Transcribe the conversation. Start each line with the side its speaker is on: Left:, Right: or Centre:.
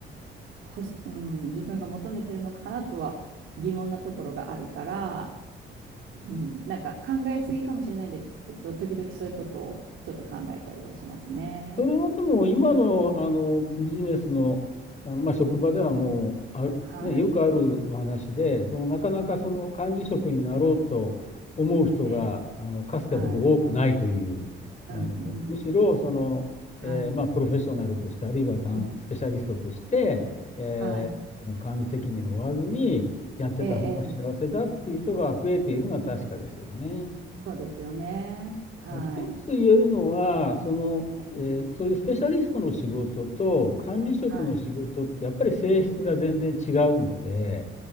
Right: ほし、うん、自分が求めてるのかなとは疑問なところがあるから、うん、なんか考えすぎかもしれないんですけど、時々そういうことをちょっと考えたりはしますね。
Left: それはでも今の、あのビジネスの、あのまあ、職場ではもうある、
Right: はい。
Left: ね、よくあるお話で、そのなかなかその管理職になろうと思う人があのかつてほど多くないという、
Right: うん、えー、はい。うん、
Left: あのむしろその、
Right: うん、はい。
Left: えーまあ、プロフェッショナルとして、あるいは担スペシャリストとして、
Right: うん
Left: えー管理責任を負わずにやってた方が幸せだっていう人が増えているのは確かですよね。
Right: はい。ええ、ええ。そうですよね。はい。
Left: まあ一つ言えるのは、その、
Right: はい。
Left: えーそういうスペシャリストの仕事と管理職の仕事ってやっぱり性質が全然違うので、
Right: はい。